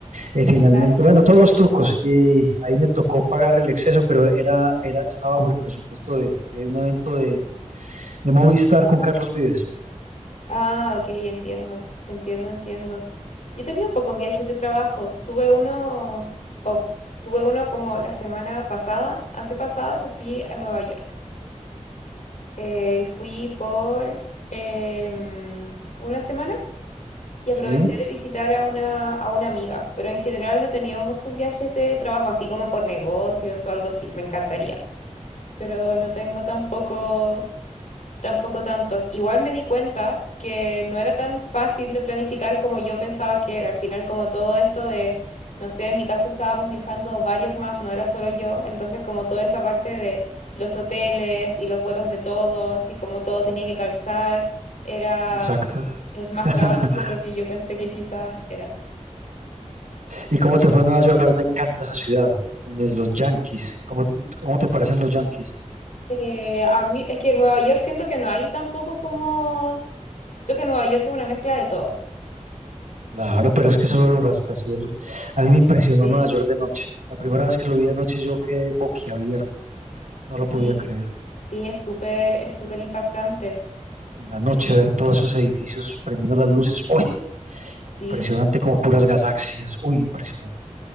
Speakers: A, on the right; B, on the left.
A: eh, finalmente,
B: claro.
A: bueno, todos los trucos. eh, ahí me tocó pagar el exceso, pero era, era, estaba bajo el presupuesto de, de un evento de, de Movistar con Carlos Vives.
B: Ah, ok, entiendo, entiendo, entiendo. Yo he tenido pocos viajes de trabajo. Tuve uno, o tuve uno como la semana pasada, antepasada, que fui a Nueva York. Eh, fui por em, una semana y aproveché
A: Sí,
B: de visitar a una, a una amiga, pero en general no he tenido muchos viajes de trabajo, así como por negocios o algo así, me encantaría, pero no tengo tampoco... Tampoco tantos. Igual me di cuenta que no era tan fácil de planificar como yo pensaba que era. Al final, como todo esto de, no sé, en mi caso estábamos viajando varios más, no era solo yo. Entonces, como toda esa parte de los hoteles y los vuelos de todos y como todo tenía que calzar, era,
A: exacto.
B: es más
A: <laughs>
B: trabajo de lo que yo pensé que quizás era.
A: ¿Y cómo te fue en Nueva York? A mí me encanta esa ciudad, donde los Yankees, ¿cómo, cómo te parecen los Yankees?
B: Eh, a mí, es que en Nueva York siento que no hay tampoco como, siento que Nueva York es una mezcla de todo.
A: Claro, pero es que solo los rascacielos. A mí me impresionó
B: sí
A: Nueva York de noche. La primera vez que lo vi de noche yo quedé boquiabierto, no
B: Sí,
A: lo podía creer.
B: sí, es súper, es súper impactante.
A: En la
B: Sí,
A: noche ver todos esos edificios prendiendo las luces. ¡Uy!
B: sí.
A: Impresionante como puras galaxias. Uy, impresionante.